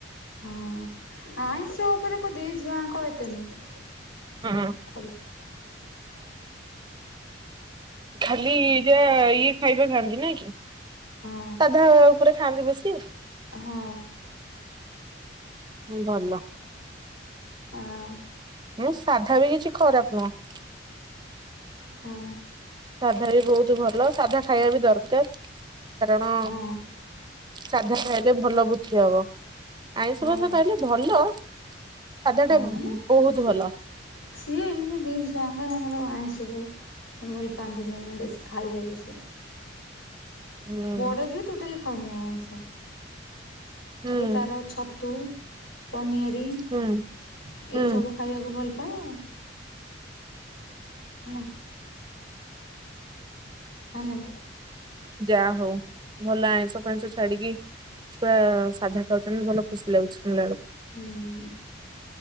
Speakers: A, on the left (about 80°); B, on the right (about 25°).
A: ହଁ ଆଇଁଷ ଉପରେ ମୋ ଦେଇ ଝିଅଙ୍କ ଏତେ ନୁହେଁ।
B: ହଁ
A: <unintelligible>
B: ଖାଲି ଯା ଇଏ ଖାଇବା ଖାଆନ୍ତି ନାଇଁ କି।
A: ହଁ।
B: ସାଧା ଉପରେ ଖାଆନ୍ତି ବେଶୀ।
A: ହଁ
B: ହୁଁ ଭଲ।
A: ହଁ
B: ମୁଁ ସାଧା ବି କିଛି ଖରାପ ନୁହଁ।
A: ହଁ
B: ସାଧା ବି ବହୁତ ଭଲ ସାଧା ଖାଇବା ବି ଦରକାର। କାରଣ
A: ହଁ
B: ସାଧା ଖାଇଲେ ଭଲ ବୁଦ୍ଧି ହବ। ଆଇଁଷ
A: ହଁ ହଁ
B: ଫାଇସ ଖାଇଲେ ଭଲ। ସାଧାଟା ବହୁତ
A: ମାନେ
B: ଭଲ।
A: ସିଏ ଏମିତି ଦେଇଛି ତାଙ୍କ ତାଙ୍କର ଆଇଁଶକୁ। ଭଲ ପାଆନ୍ତିନି ବେଶୀ ଖାଇବାକୁ ସେ।
B: ହୁଁ
A: ବଡ଼ ଝିଅ ଟୋଟାଲି ଖାଉନି ଆଉ ଆଇଁଷ।
B: ହୁଁ
A: ସେ ତାର ଛତୁ ପନିଆରି ଏଇ
B: ହୁଁ ହୁଁ
A: ସବୁ ଖାଇବାକୁ ଭଲ ପାଏ ଆଉ ହେଲା। ହାଲୋ।
B: ଯାହା ହଉ ଭଲ ଆଇଁଷ ଫାଇଁଷ ଛାଡ଼ି କି ଛୁଆ ସାଧା ଖାଉଚନ୍ତି ଭଲ ଖୁସି ଲାଗୁଚି ଶୁଣିଲା ବେଳକୁ।
A: ହୁଁ